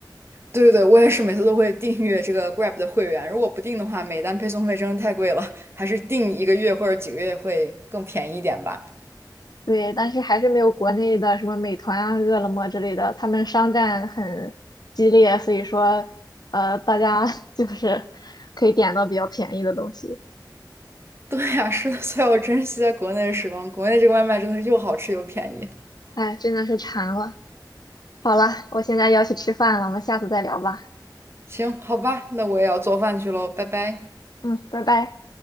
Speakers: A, on the right (about 35°); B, on the left (about 60°).
A: 对对对，我也是每次都会订阅这个 Grab 的会员，如果不定的话，每单配送费真的太贵了，还是订一个月或者几个月会更便宜一点吧。
B: 对，但是还是没有国内的什么美团啊、饿了么之类的，他们商战很激烈，所以说，呃，大家 <laughs> 就是可以点到比较便宜的东西。
A: 对呀，是的，所以我珍惜在国内的时光，国内这个外卖真的是又好吃又便宜。
B: 哎，真的是馋了。好了，我现在要去吃饭了，我们下次再聊吧。
A: 行，好吧，那我也要做饭去喽，拜拜。
B: 嗯，拜拜。